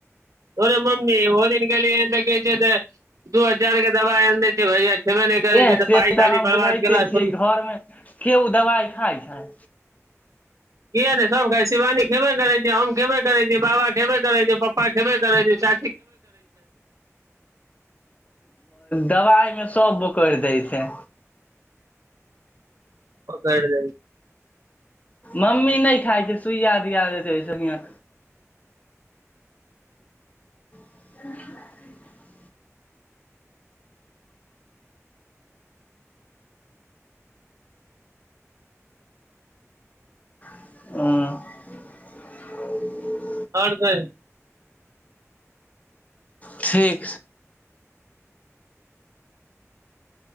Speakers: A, on the right; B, on the left.
A: तोरे मम्मी ओ दिन गेलीयै त कहै छै कि दू हजार के दबा आनए दय भैया खेबे नहि करै
B: एह
A: छै
B: से
A: तऽ पाइ खाली
B: हम
A: बर्बाद
B: बुझाइते
A: केना
B: छियै
A: करू
B: घरमे केओ दबाइ खाइ छै
A: किया नए सब काम छै शिवानी खबे करै छै हम खबे करय छी बाबा खेबे करै छै प्पा पापा खेबे करै छै चा
B: दबाइ मे सब करय दय छै
A: बोकइर दइ
B: मम्मी नहि खाइ छै सुइया दिया दै छै ओहिसँ हियाँ <inaudible> ह
A: आओर कही
B: ठीक